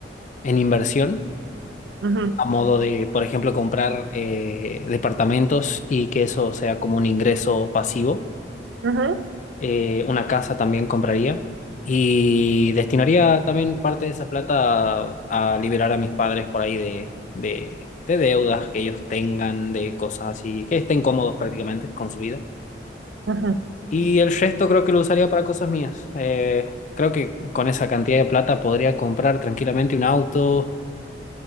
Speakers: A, on the left (about 40°); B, on the right (about 75°).
A: en inversión,
B: Ujú,
A: a modo de, por ejemplo, comprar eh, departamentos y que eso sea como un ingreso pasivo
B: ujú,
A: eh, una casa también compraría y destinaría también parte de esa plata a, a liberar a mis padres por ahí de, de, de deudas que ellos tengan, de cosas así, que estén cómodos prácticamente con su vida.
B: ujú.
A: Y el resto creo que lo usaría para cosas mías. Eh, creo que con esa cantidad de plata podría comprar tranquilamente un auto,